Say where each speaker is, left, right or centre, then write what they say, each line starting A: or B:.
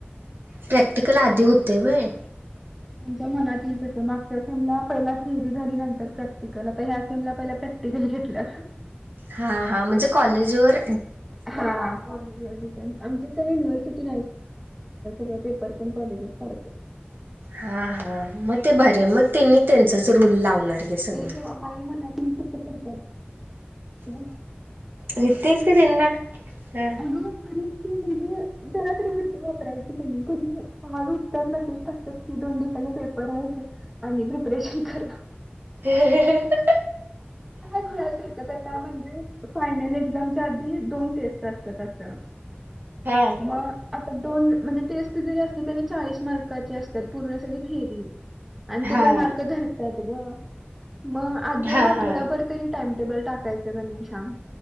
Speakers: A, on the right; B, in the centre.
A: प्रॅक्टिकल आदी होते व्हय.
B: त्यांच्या मनात ईल तसं. मागच्या सिमला पहिला थेरी झाली नंतर प्रॅक्टिकल, आता ह्या सिमला पहिला प्रॅक् <unintelligible> घेटला
A: हां-हां म्हणजे कॉलेज वर
B: हां <unintelligible> पण आमची काय युनिव्हर्सिटी <unintelligible> पेपर पण कॉलेजेस काढतं.
A: हां-हां म ते भरी आय. म त्यांनी त्यांचाच रूल लावणार. गे सगळं.
B: ते तवा बाई म्हणाल तुमचं <unintelligible>
A: म्ज तेच की त्यांना हां.
B: अगं खरंच की म्हणजे जरा तरी बुद्धी वापरायची त्यांनी, कधी आज उठतात, मेसेज टाकतात की दोन दिवसानं पेपर आहेत. आणि प्रिपरेशन करा.
A: <unintelligible>
B: काय खुळ्यासारकं करता म्हणजे. फायनल एक्झामच्या आधी दोन टेस्ट असतात असं.
A: हा
B: म आता दोन म्हणजे टेस्ट जरी असले तरी चाळीस मार्काचे असतात पूर्ण सगळी थेरी. आणि
A: हा
B: ते पण मार्क धरतात गं, म आधी
A: हा
B: एक आठवडाभर
A: हा
B: तरी टाइमटेबल टाकायचं कि नाही सांग?